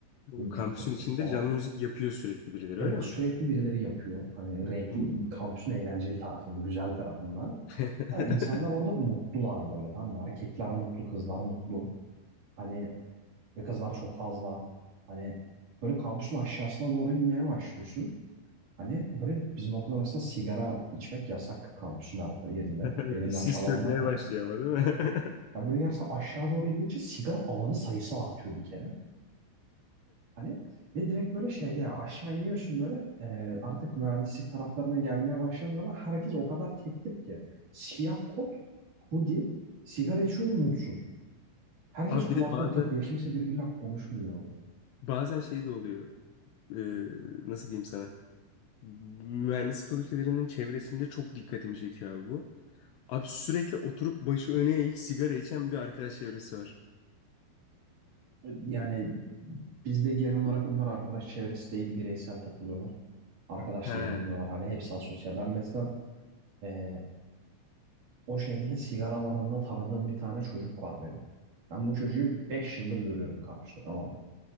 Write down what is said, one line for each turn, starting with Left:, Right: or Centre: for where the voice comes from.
Left: Bu
Right: Böyle
Left: Kampüsün
Right: dup dup
Left: içinde
Right: dup falan.
Left: canlı müzik yapıyor sürekli birileri
Right: Evet
Left: öyle mi?
Right: sürekli birileri yapıyor. Hani renkli
Left: Oo.
Right: kampüsün eğlenceli tarafında, güzel tarafında.
Left: <laughs>
Right: Ha, insanlar orada mutlular böyle tamam mı? Erkekler mutlu, kızlar mutlu. Hani ve kızlar çok fazla. Hani böyle kampüsün aşağısına doğru inmeye başlıyorsun. Hani böyle bizim okulda mesela sigara içmek yasak kampüsün her yerinde.
Left: Bir
Right: Belirlenmiş
Left: sis
Right: alanlar
Left: çökmeye
Right: var.
Left: başlıyor ama değil
Right: Hani
Left: mi?
Right: ya böyle gerçekten aşağı doğru indikçe sigara alanı sayısı artıyor bir kere. Hani ve direkt böyle şeyde ya aşağı iniyorsun böyle e, artık mühendislik taraflarına gelmeye başladığın zaman herkes o kadar tek tip ki. Siyah kot, hoodie, sigara içiyor ve mutsuz.
Left: <laughs>
Right: Herkes
Left: Abi
Right: kulaklık
Left: bir de bazen
Right: takıyor. Kimse birbiriyle konuşmuyor.
Left: bazen şey de oluyor. Ee, nasıl diyeyim sana? Mühendislik fakültelerinin çevresinde çok dikkatimi çekiyor abi bu. Abi sürekli oturup başı öne eğik sigara içen bir arkadaş çevresi var.
Right: Yani bizde genel olarak bunlar arkadaş çevresi değil bireysel takılıyorlar. Arkadaş
Left: He. Hı
Right: da edinmiyorlar. Hani hepsi asosyal. Ben mesela e, o şekilde sigara alanında tanıdığım bir tane çocuk var benim. Ben bu çocuğu 5 yıldır görüyorum kampüste tamam mı?